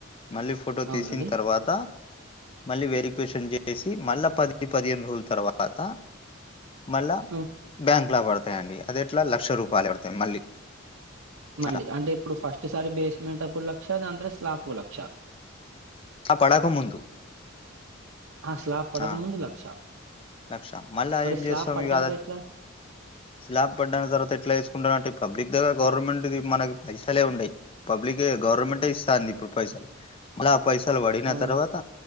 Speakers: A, on the left; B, on the right.
A: మళ్ళీ ఫోటో
B: అవునండి
A: తీసిన్ తర్వాత మళ్ళీ వెరిక్వేషన్ చేసి మళ్ళా పది పదిహేను రోజుల తర్వా పత మళ్ళా
B: ఆ
A: బ్యాంక్లా బడతాయండి అది ఎట్లా క్ష రూపాయలు పడతాయ్ మళ్ళీ
B: మళ్ళీ
A: అట్లా
B: అంటే ఇప్పుడు ఫస్ట్ సారి బేస్మెంట్ అప్పుడులా క్ష దాంతర స్లాలాపుకో లక్ష
A: ఆ పడక ముందు
B: ఆ స్లాబ్ పడక
A: ఆ
B: ముందు లక్ష
A: లక్ష మళ్లా
B: మరి
A: ఏం జేస్తాం
B: స్లాబ్ పడ్డాక
A: ఇగా
B: ఎట్లా
A: స్లాబ్ పడ్డాన తర్వాత ఎట్లా ఏసుకుంటున్నట్టు పబ్లిక్ దగ్గర గౌరమెంట్ ది మనకి పైసలే ఉండయ్ పబ్లికే గౌరమెంటే ఇస్తాంది ఇప్పుడు పైసలు మళ్ళా పైసలు బడిన
B: అవునా
A: తర్వాత